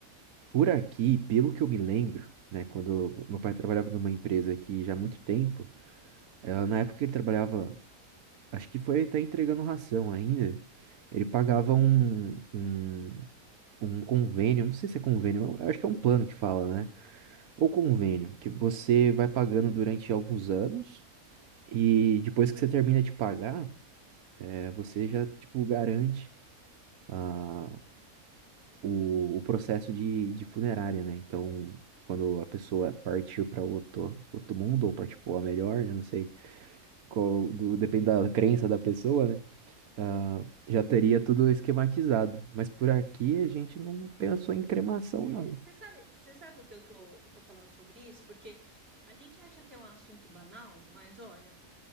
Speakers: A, on the right; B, on the right.
A: por aqui, pelo que eu me lembro, né, quando meu pai trabalhava numa empresa aqui já há muito tempo, ela, na época que ele trabalhava, acho que foi até entregando ração ainda, ele pagava
B: entendi.
A: um, um, um convênio, não sei se é convênio, eu acho que é um plano que fala, né, ou convênio, que você vai pagando durante alguns anos, E depois que você termina de pagar, é, você já, tipo, garante a, o, o processo de, de funerária, né? Então, quando a pessoa partir para outro, outro mundo, ou partir para melhor, né? Não sei, qual, do- depende da crença da pessoa, né? Ah, já teria tudo esquematizado. Mas por aqui a gente não pensou em cremação,
B: É,
A: não.
B: você sabe, você sabe por que eu tô, eu tô falando sobre isso? Porque a gente acha que é um assunto banal, mas olha,